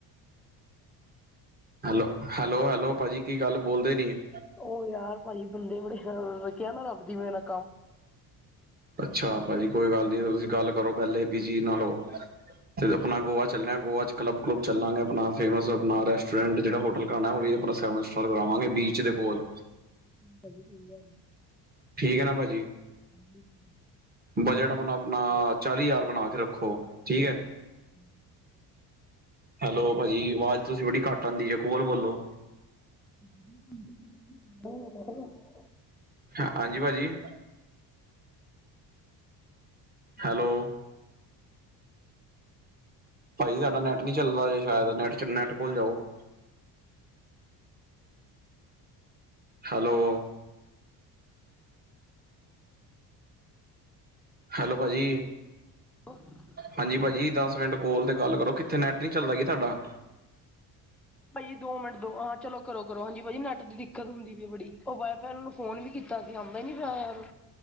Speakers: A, on the right (about 25°); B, in the centre.
A: ਹੈਲੋ, ਹੈਲੋ-ਹੈਲੋ ਭਾਜੀ ਕੀ ਗੱਲ ਬੋਲਦੇ ਨੀ ਗੇ?
B: ਓ ਯਾਰ, ਭਾਅਜੀ, ਬੰਦੇ ਬੜੇ ਸ਼ਰਾਰਤ ਕੇਆ ਨਾ, ਰੱਬ ਦੀ ਮੇਹਨਤ।
A: ਅੱਛਾ, ਭਾਜੀ, ਕੋਈ ਗੱਲ ਨੀ ਤੁਸੀਂ ਗੱਲ ਕਰੋ। ਪਹਿਲੇ ਬਿਜ਼ੀ ਨਾਲੋ, 'ਤੇ ਫਿਰ ਅਪਨਾ ਗੋਆ ਚੱਲਨੈ, ਗੋਆ 'ਚ। ਕਲੱਬ-ਕਲੂੱਬ ਚਲਾਂਗੇ ਅਪਨਾ, ਫੇਮਸ ਨਾ ਰੈਸਟੋਰੈਂਟ ਜੇੜਾ ਹੋਟਲ ਕਰਾਨੈ, ਉਹ ਵੀ ਅਪਨਾ ਸੈਵਨ ਸਟਾਰ ਬਨਾਵਾਂਗੇ ਬੀਚ ਦੇ। ਬੋਲ।
B: ਭਾਅਜੀ, ਕੀ ਗੱਲ ਏ?
A: ਠੀਕ ਐ ਨਾ ਭਾਜੀ।
B: <inaudible>
A: ਬਜਟ ਆਪਨਾ- ਆਪਨਾ ਚਾਲੀ ਹਜ਼ਾਰ ਬਨਾ ਕੇ ਰੱਖੋ, ਠੀਕ ਐ।
B: <inaudible>
A: ਹੈਲੋ, ਭਾਜੀ, ਆਵਾਜ਼ ਤੁਸੀਂ ਬੜੀ ਘੱਟ ਆਂਦੀ ਏ, ਕੋਲ ਬੋਲੋ।
B: <unintelligible>
A: ਹਾਂਜੀ‌‌‌, ਭਾਜੀ। ਹੈਲੋ। ਭਾਜੀ, ਸਾਡਾ ਨੈਟ ਨੀ ਚੱਲਦਾ ਜੇ ਸ਼ੈਦ ਨੈਟ 'ਚ ਨੈੱਟ ਕੋਲ ਜਾਓ। ਹੈਲੋ। ਹੈਲੋ, ਭਾਅ ਜੀ।
B: ਔਹ।
A: ਹਾਂਜੀ, ਭਾਅ ਜੀ, ਦਸ ਮਿੰਟ ਕੋਲ ਤੇ ਗੱਲ ਕਰੋ, ਕਿੱਥੇ ਨੈੱਟ ਨੀ ਚੱਲਦਾ ਕੀ ਤੁਹਾਡਾ?
B: ਭਾਅ ਜੀ, ਦੋ ਮਿੰਟ, ਦੋ ਹਾਂ, ਚਲੋ ਕਰੋ, ਕਰੋ। ਹਾਂਜੀ ਭਾਅ ਜੀ, ਨੈਟ ਦੀ ਦਿੱਕਤ ਹੁੰਦੀ ਪਈ ਬੜੀ, ਉਹ ਵਾਈ ਫਾਈ ਨੂੰ ਫੋਨ ਵੀ ਕੀਤਾ ਸੀ, ਆਂਦਾ ਈਨੀ ਪੇਆ ਯਾਰ।